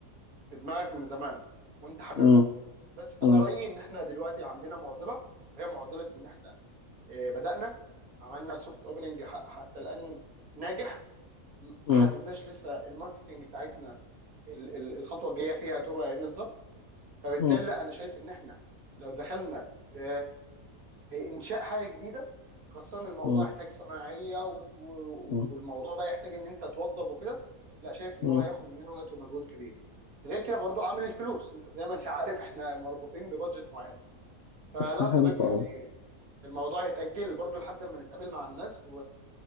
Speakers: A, on the right; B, on the left.
A: في دماغك من زمان وانت حاببها
B: مم،
A: بس انا
B: مم،
A: رايي ان احنا دلوقتي عندنا معضله هي معضله ان احنا إيه، بدأنا عملنا سوفت اوبننج حتى الآن ناجح م- ما
B: مم،
A: حددناش لسه الماركتنج بتاعتنا ال- ال- الخطوة الجاية فيها هتبقى ايه بالظبط فبالتالي
B: مم،
A: لا، انا شايف ان احنا لو دخلنا في في انشاء حاجة جديدة خاصة إن الموضوع
B: مم،
A: يحتاج صناعية و- و-
B: مم،
A: والموضوع ده يحتاج ان انت توضب وكده لا شايف ان
B: مم.
A: هو هياخد مننا وقت ومجهود كبير غير كده برضو عامل الفلوس انت زي ما انت عارف احنا مربوطين ببادجت معين فلا
B: فهمت
A: يا صديقي
B: قوي
A: يعني الموضوع يتأجل برضو لحد ما نتقابل مع الناس